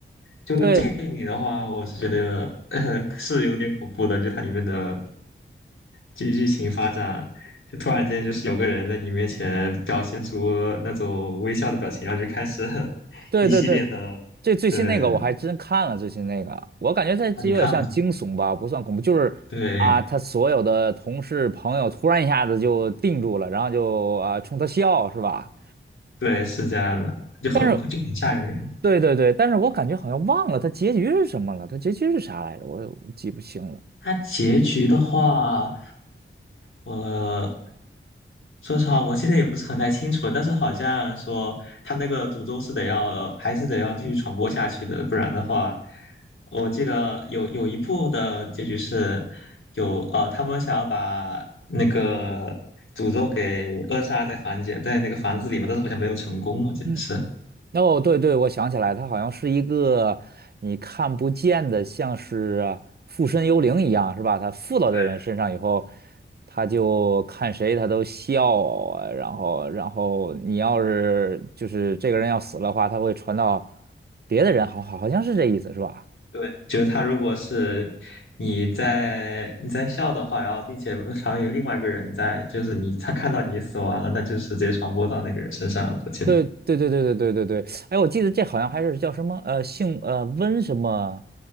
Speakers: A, on the left; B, on the right.
A: 就这个电影的话，
B: 对
A: 我是觉得呃 <laughs> 是有点恐怖的，就它里面的剧剧情发展，就突然间就是有个人在你面前表现出那种微笑的表情，然后就开始 <laughs>
B: 对对对，
A: 一系列的，
B: 这最新那个我还真看了，
A: 对
B: 最新那个我感觉它这有点像惊悚吧，
A: 啊，你看了吗
B: 不算恐怖，就是啊，
A: 对
B: 他所有的同事朋友突然一下子就定住了，然后就啊冲他笑，是吧？
A: 对，是这样的，就很就很吓人。
B: 但是。对对对，但是我感觉好像忘了它结局是什么了，它结局是啥来着？我我记不清了。
A: 它结局的话，我说实话，我记得也不是很太清楚，但是好像说他那个诅咒是得要，还是得要继续传播下去的，不然的话，我记得有有一部的结局是有呃，他们想要把那个诅咒给扼杀在房间，在那个房子里面，但是好像没有成功，我记得是。
B: 嗯，哦，对对，我想起来，它好像是一个你看不见的，像是附身幽灵一样，是吧？它附到这人身上以后，
A: 对
B: 他就看谁他都笑啊，然后然后你要是就是这个人要死了的话，他会传到别的人，好好好像是这意思，是吧？
A: 对，就是他如果是你在你在笑的话，然后并且旁边有另外一个人在，就是你他看到你死亡了，那就是直接传播到那个人身上了我记得
B: 对对对对对对对对，哎，我记得这好像还是叫什么呃，姓呃温什么